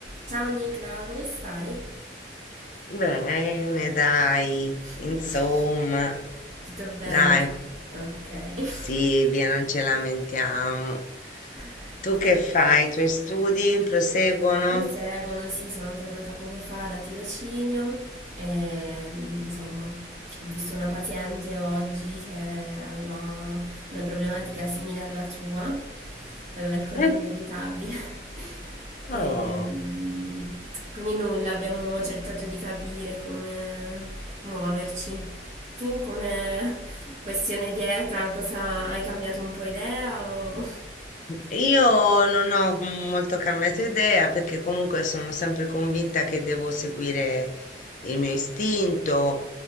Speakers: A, on the right (about 40°); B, on the left (about 45°).
A: Ciao Nicla, come stai?
B: Bene, dai,
A: <laughs>
B: insomma,
A: Tutto bene?
B: dai,
A: sì. Ok.
B: Silvia, non ci lamentiamo.
A: <laughs>
B: Tu
A: Cosa?
B: che fai? I tuoi studi proseguono?
A: Proseguono, sì, sono tornata poco fa da tirocinio e insomma ho visto una paziente oggi che aveva una problematica simile alla tua, aveva il colon
B: Eh,
A: irritabile <laughs> e
B: Oh,
A: mm, quindi nulla, abbiamo cercato di capire come muoverci. Tu come <laughs> questione dieta, cosa hai cambiato un po' idea o...
B: io non ho molto cambiato idea perché comunque sono sempre convinta che devo seguire il mio istinto